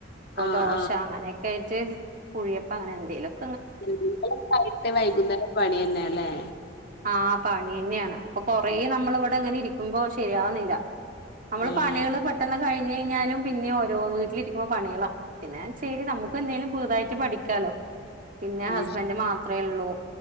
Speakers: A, on the left; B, on the right.
A: ആഹ്
B: ദോശ
A: ആഹ്
B: അങ്ങനെയൊക്കെ ആയിട്ട്, കുഴിയപ്പം അങ്ങനെ എന്തേലും <inaudible>
A: എന്തെലൊക്കെ ആയിട്ട് വൈകുന്നേരം പണിന്നെ ല്ലേ?
B: ആഹ് പണി തന്നെയാണ്. അപ്പൊ കൊറേ നമ്മള് ഇവിടെ ങ്ങനെ ഇരിക്കുമ്പോ ശരിയാവുന്നില്ല. നമ്മള്
A: ആഹ്
B: പണികള് പെട്ടെന്ന് കഴി <inaudible> കഴിഞ്ഞയിഞ്ഞാലും പിന്നിം ഓരോ, വീട്ടിലിരിക്കുമ്പോ പണികളാ. പിന്നെ ശരി. നമുക്ക് എന്തേലും പുതുതായിട്ട് പഠിക്കാല്ലോ. പിന്നെ, ഹസ്ബന്റ്
A: അയ്ശരി
B: മാത്രേള്ളൂ.